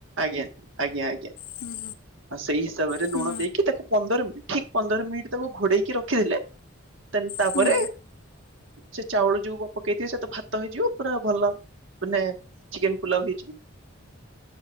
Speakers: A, on the right; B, on the left.
A: ଆଜ୍ଞା ଆଜ୍ଞା ଆଜ୍ଞା।
B: ହୁଁ
A: ଆଉ ସେଇ ହିସାବରେ
B: ହୁଁ
A: ଲୁଣ ଦେଇକି ତାକୁ ପନ୍ଦର ମିନିଟ୍, ଠିକ ପନ୍ଦର ମିନିଟ୍ ତାକୁ ଘୋଡେଇକି ରଖିଦେଲେ ଦେନ୍ ତାପରେ
B: ହୁଁ
A: ସେ ଚାଉଳ ଯୋଉ ପକେଇଥିବେ ସେ ତ ଭାତ ହେଇଯିବ ପୁରା ଭଲ ମାନେ ଚିକେନ ପଲାଉ ହେଇଯିବ।